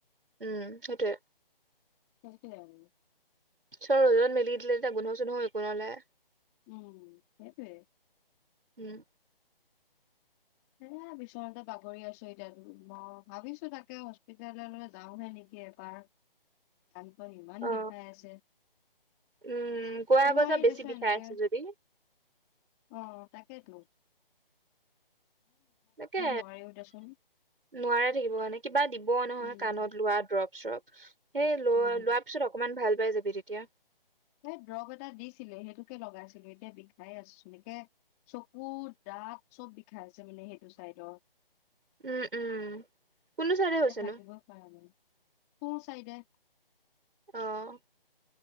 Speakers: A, on the right; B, on the left.
A: উম, সেইটোয়ে
B: সেইটোৱে আৰু
A: চ' ৰ'দত মেলি দিলে যে, গোন্ধ চোন্ধ <unintelligible>
B: উম, সেইটোৱে।
A: উম
B: এয়া বিচনাতে বাগৰি আছোঁ, এতিয়া <unintelligible> ম, ভাবিছোঁ তাকে হস্পি ললৈ যাওঁহে নেকি এপাক। কানখন ইমান
A: অ
B: বিষাই আছে,
A: উম কোৱা
B: নোৱাৰি
A: আকৌ যে বেছি
B: দেচোন
A: বিষাই
B: এনেকে
A: আছে যদি
B: অ', তাকেতো।
A: তাকে
B: নোৱাৰিও দেচোন
A: নোৱাৰে থাকিব, কিবা দিব নহয়,
B: উম
A: কাণত লোৱা ড্ৰপ, চ্ৰপ। সেই ল-লোৱাৰ
B: উম
A: পিছত অকমান ভাল পাই যাবি তেতিয়া
B: এই দ্ৰব এটা দিছিলে সেইটোকে লগাইছিলো এতিয়া বিষাই আছো এনেকে চকু দাঁত চব বিষাই আছে মানে সেইটো চাইডৰ।
A: উম, উম কোনটো চাইডে হৈছে
B: এ থাকিবই
A: নো?
B: পৰা নাই সোঁ চাইডে।
A: অ'।